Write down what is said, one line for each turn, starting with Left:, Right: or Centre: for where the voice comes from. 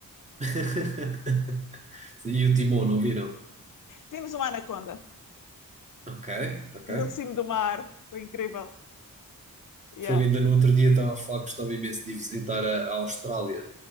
Right: <laughs> E o Timão, não viram?
Left: vimos uma anaconda
Right: Ok, ok.
Left: no cimo de uma árvore, foi incrível. Yeah,
Right: Foi ainda no outro dia estava a falar que gostava imenso de visitar a, a Austrália,